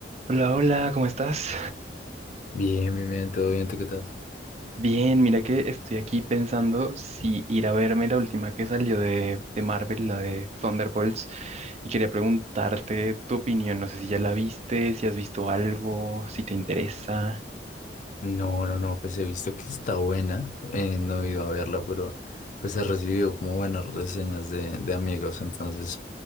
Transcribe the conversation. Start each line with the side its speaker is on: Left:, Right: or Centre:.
Right: Hola, hola, ¿cómo estás?
Left: Bien, bien, bien, todo bien, ¿tú qué tal?
Right: Bien, mira que estoy aquí pensando si ir a verme la última que salió de, de Marvel, la de Thunderbolts, y quería preguntarte tu opinión, no sé si ya la viste, si has visto algo, si te interesa.
Left: No, no, no, pues he visto que está buena, eh, no he ido a verla, pero pues he recibido como buenas reseñas de, de amigos, entonces